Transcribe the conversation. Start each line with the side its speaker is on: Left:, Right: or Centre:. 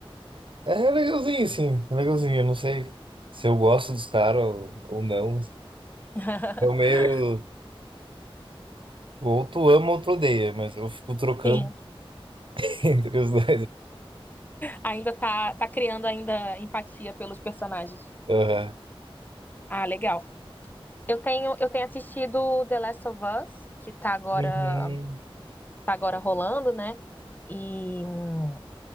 Right: É legalzinho, sim. É legalzinho. Eu não sei se eu gosto dos caras ou, ou não.
Left: <laughs>
Right: Eu meio... Ou tu ama ou tu odeia, mas eu fico trocando
Left: Sim.
Right: <laughs> entre os dois.
Left: ainda tá, tá criando ainda empatia pelos personagens.
Right: Aham.
Left: Ah, legal. Eu tenho, eu tenho assistido The Last of Us, que tá agora,
Right: Uhum.
Left: tá agora rolando, né? E hum,